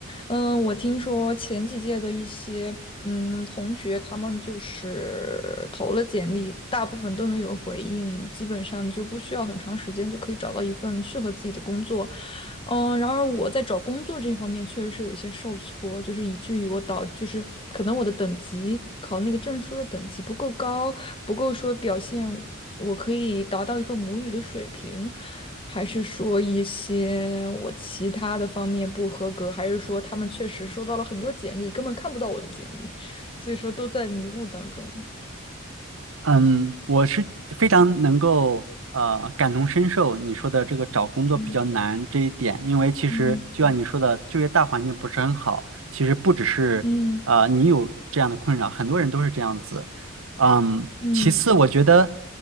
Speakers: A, on the left; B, on the right.
A: 嗯，我听说前几届的一些嗯同学，他们就是投了简历，大部分都能有回应，基本上就不需要很长时间就可以找到一份适合自己的工作。嗯，然而我在找工作这一方面确实是有一些受挫，就是以至于我导，就是可能我的等级考那个证书的等级不够高，不够说表现我可以达到一个母语的水平，还是说一些我其他的方面不合格，还是说他们确实收到了很多简历，根本看不到我的简历，所以说都在迷雾当中。
B: 嗯，我是非常能够呃感同身受你说的这个找工作比较难这一点，
A: 嗯
B: 因为其实就像你说的，
A: 嗯嗯
B: 就业大环境不是很好，其实不只是呃你有这样的困扰，
A: 嗯
B: 很多人都是这样子。嗯，
A: 嗯
B: 其次我觉得